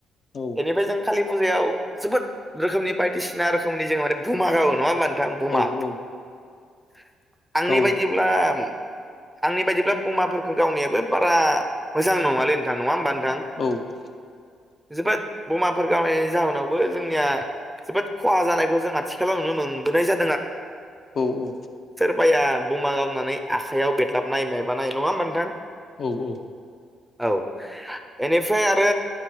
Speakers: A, on the left; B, in the centre.
A: औ
B: बेनिफ्राय जों खालि फुजायाव जोबोद रोखोमनि बायदिसिना रोखोमनि जों माने बुमा गावो। नङाबा नोंथां बुमा?
A: औ औ
B: <unintelligible> आंनि
A: गाव
B: बायदिब्ला उम आंनि बायदिब्ला बमाफोरखौ गावनायाबो बारा मोजां नङालै नोंथां नङा होमबा नोंथां
A: औ ।
B: जोबोद बमाफोर गावो जाहोनावबो जोंनिया जोबोद खहा जानायखौ जों आथिखालाव नुनो मोन बोनाय जा
A: औ-औ
B: माया बमा गावनानै आखाइयाव बेदलाबनाय मायबानाय नङा होमबा नोंथां-?
A: औ-औ
B: औ एनिफ्राय आरो